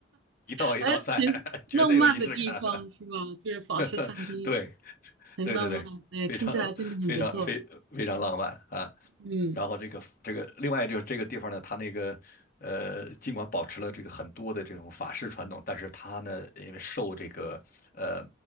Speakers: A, on the left; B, on the right.
A: 一道一道菜，
B: 哎，挺浪漫的地方是吧？
A: <laughs> 绝对有仪式感。
B: 就是法式餐厅
A: <laughs> 对，
B: 很浪漫，
A: 对对对，
B: 哎，
A: 非常非常非非常浪漫啊。
B: 听起来真的很不错。嗯，
A: 然后这个这个另外这个这个地方呢，它那个呃，尽管保持了这个很多的这种法式传统，但是它呢，因为受这个呃